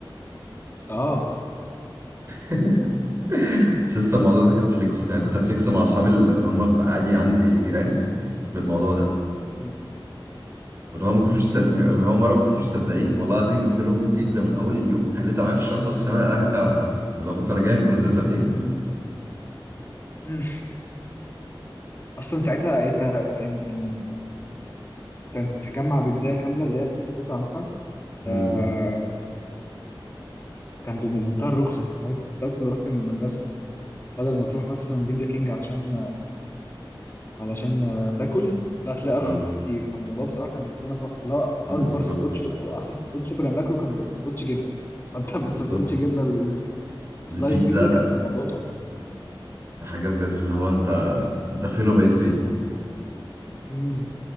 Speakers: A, on the left (about 25°); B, on the right (about 30°).
A: اه
B: <laughs> بس لسه الموضوع ده كان فليكس يعني كنت هفليكس مع اصحابي اللي هم في عادي عندي جيراني بالموضوع ده
A: مم.
B: اللي هو ما كانوش صد... اللي هو مره ما كانوش مصدقين والله العظيم جبت لهم بيتزا من اول اليوم خليتها معايا في الشنطه اصلا عشان انا هرجع اوريها لهم اللي هو بص انا جاي من المدرسه بايه
A: مم. مم. اصلا ساعتها انت كان يعني انت تجمع بيتزا كامله اللي هي ست قطع مثلا
B: امم
A: آه كان بمنتهى الرخصه يعني عايز- انت اصلا لو رحت من المدرسه بدل ما تروح مثلا بيتزا كينج علشان علشان آه، تاكل لا هتلاقي ارخص
B: امم
A: بكتير فالموضوع بصراحه كان بالنسبه لنا تحفه اللي هو
B: <laughs> بالظبط
A: اكبر سندوتش او احلى سندوتش كنا بناكله كان سندوتش جبنه فانت من
B: بالظبط
A: سندوتش جبنه ل- سلايس
B: البيتزا
A: بيتزا
B: ده
A: كانت الموضوع تحفه
B: ده حاجه بجد اللي هو انت انت فين وبقيت فين
A: مم.